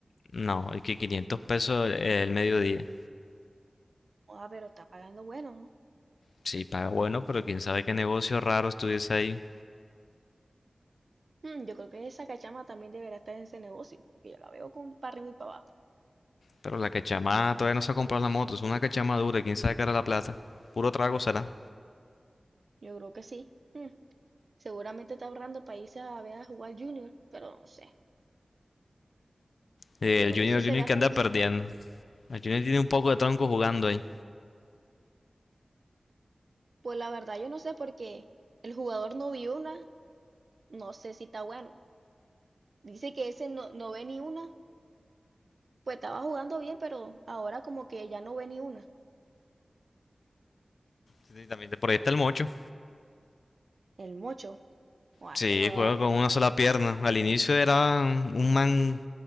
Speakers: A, on the left (about 85°); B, on the right (about 70°).
A: No, y que 500 pesos el, el mediodía.
B: Ah, pero está pagando bueno, ¿no?
A: Sí, paga bueno, pero quién sabe qué negocio raro estuviese ahí.
B: Hmm, yo creo que esa cachama también deberá estar en ese negocio, porque yo la veo con para arriba y para abajo.
A: Pero la cachamada todavía no se ha comprado la moto, es una cachamada dura, quién sabe qué era la plata. Puro trago será.
B: Yo creo que sí. Hmm, Seguramente está ahorrando para irse a ver a jugar Junior, pero no sé.
A: Eh,
B: Yo
A: El
B: creo
A: Junior,
B: que eso
A: el
B: se
A: Junior
B: gasta
A: que anda
B: en eso.
A: perdiendo. El Junior tiene un poco de tronco jugando ahí.
B: Pues la verdad yo no sé porque el jugador no vio una, no sé si está bueno. Dice que ese no, no ve ni una, pues estaba jugando bien, pero ahora como que ya no ve ni una.
A: Sí, también de- por ahí está el mocho.
B: El Mocho, o ese
A: Sí,
B: jugador,
A: juega con una sola pierna. Al inicio era un man